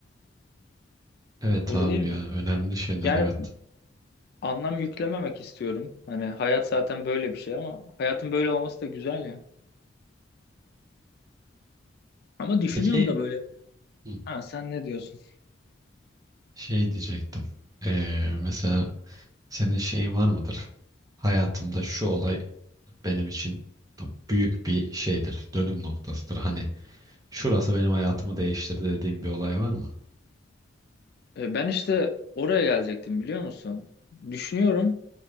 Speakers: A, on the right; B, on the left.
A: Evet
B: Öyle
A: abi
B: değil mi?
A: ya önemli şeyler
B: Yani
A: evet.
B: anlam yüklememek istiyorum. Hani hayat zaten böyle bir şey ama hayatın böyle olması da güzel ya. Ama düşünüyorum
A: Peki
B: da böyle
A: hı,
B: Ha, sen ne diyorsun?
A: şey diyecektim. Eee, mesela senin şeyin var mıdır? Hayatımda şu olay benim için da büyük bir şeydir. Dönüm noktasıdır. Hani şurası benim hayatımı değiştirdi dediğim bir olay var mı?
B: E, ben işte oraya gelecektim biliyor musun? Düşünüyorum.